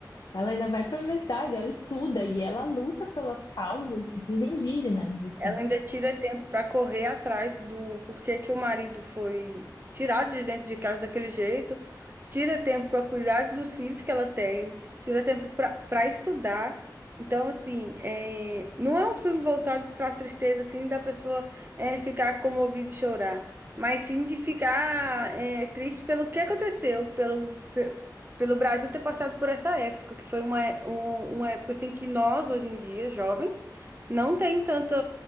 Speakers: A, on the left; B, on the right.
A: ela ainda vai para a universidade, ela estuda e ela luta pelas causas dos indígenas, assim.
B: Ela ainda tira tempo para correr atrás do porquê que o marido foi tirado de dentro de casa daquele jeito, tira tempo para cuidar dos filhos que ela tem, tira tempo para para estudar. Então, assim, é, não é um filme voltado para a tristeza, assim, da pessoa é, ficar comovida e chorar, mas sim de ficar é, triste pelo que aconteceu, pelo, pe- pelo Brasil ter passado por essa época, que foi uma, é- um- uma época, assim, que nós, hoje em dia, jovens, não tem tanta,